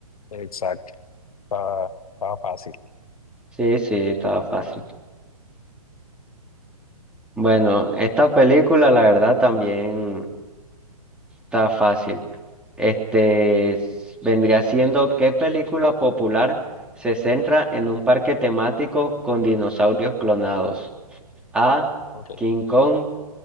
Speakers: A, on the left; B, in the centre.
A: Exacto. Estaba, estaba fácil.
B: Sí, sí, estaba fácil. Bueno, esta película la verdad también Está fácil. Este s- vendría siendo ¿qué película popular se centra en un parque temático con dinosaurios clonados? A.
A: Ok.
B: King Kong.